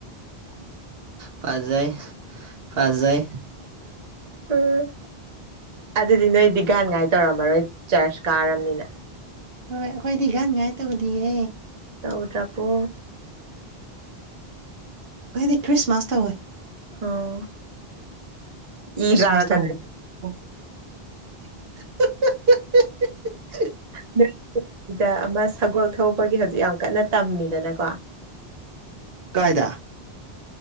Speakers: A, on the right (about 70°); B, on the right (about 40°).
A: ꯐꯖꯩ ꯐꯖꯩ
B: ꯍ ꯎꯝ ꯑꯗꯨꯗꯤ ꯅꯣꯏꯗꯤ ꯒꯥꯟ ꯉꯥꯏ ꯇꯧꯔꯝꯃꯔꯣꯏ ꯆꯔꯆ ꯀꯥꯔꯝꯅꯤꯅ
A: ꯍꯣꯏ ꯑꯩꯈꯣꯏꯗꯤ ꯒꯥꯟꯉꯥꯏ ꯇꯧꯗꯤꯌꯦ
B: ꯇꯧꯗ꯭ꯔꯕ‌ꯣ
A: ꯈ‌ꯣꯏꯗꯤ ꯈ꯭ꯔꯤꯁꯃꯥꯁ ꯇꯧꯋꯦ
B: ꯑꯣ ꯏ
A: ꯈ꯭ꯔꯤꯁꯃꯥꯁ
B: ꯀꯥꯔꯛꯀꯅꯤ
A: ꯇꯧꯕ <unintelligible>
B: <unintelligible> ꯗ ꯑꯃ ꯁꯒꯣꯜ ꯊꯧꯕꯒꯤ ꯍꯧꯖꯤꯛ ꯌꯥꯝ ꯀꯟꯅ ꯇꯝꯃꯤꯗꯅꯀꯣ
A: ꯀꯥꯏꯗ